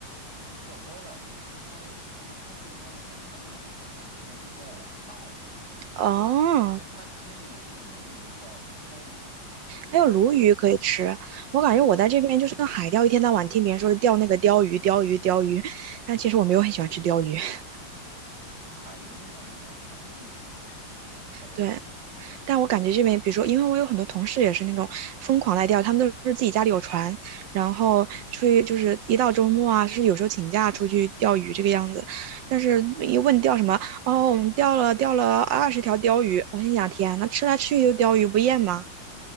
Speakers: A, on the right; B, on the right.
A: 叫 wall eye，应该如果通俗的翻译叫抢眼，就是它是 wall eye，就是那种抢。
B: 哦。
A: 对，它其实也是一种鲈鱼，叫梭鲈，中国国内有。
B: 还有鲈鱼可以吃。我感觉我在这边就是像海钓，一天到晚听别人说钓那个鲷鱼、鲷鱼、鲷鱼，但其实我没有很喜欢吃鲷鱼。<laughs>
A: 哦，海鱼的话有一种海鲈鱼很好吃，如果能钓到的话。
B: 对，
A: 对，
B: 但我感觉这边，比如说，因为我有很多同事也是那种疯狂在钓，他们都是自己家里有船，然后出去就是一到周末啊，是有时候请假出去钓鱼这个样子。但是一问钓什么，哦，我们钓了钓了二十条鲷鱼，我心想，天呐，那吃来吃去就鲷鱼，不厌吗？